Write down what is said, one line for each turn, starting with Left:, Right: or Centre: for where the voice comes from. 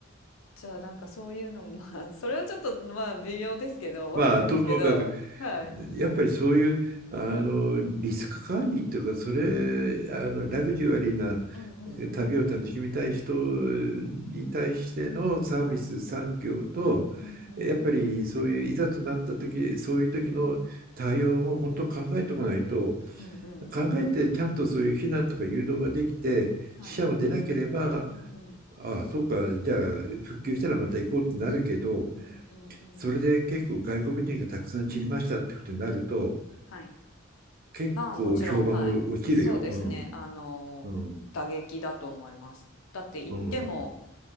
Left: じゃあなんかそういうのも、<laughs> まあ、それはちょっとまあ微妙ですけど、わかんないですけど、
Right: まあ、ともかく、
Left: はい。
Right: やっぱりそういう、あの、リスク管理っていうか、それ、あの、ラグジュアリーな
Left: うんうんうん。
Right: 旅を楽しみたい人に対してのサービス産業と、
Left: はい。うんうんうん。
Right: やっぱりそういういざとなった時、そういう時の対応も本当考えておかないと、
Left: うんうん。
Right: 考えてちゃんとそういう避難とか誘導ができて、
Left: はい。
Right: 死者も出なければ、
Left: うんうん。
Right: ああ、そうか、じゃあ復旧したらまた行こうってなるけど、
Left: うんうんうん。
Right: それで結構外国人がたくさん散りましたってことになると、
Left: はい。
Right: 結構評判を落ちるよ。
Left: まあもちろん、はい。そうですね。
Right: うん。
Left: あの、
Right: うん。
Left: 打撃だと思います。だって言っても、
Right: うん。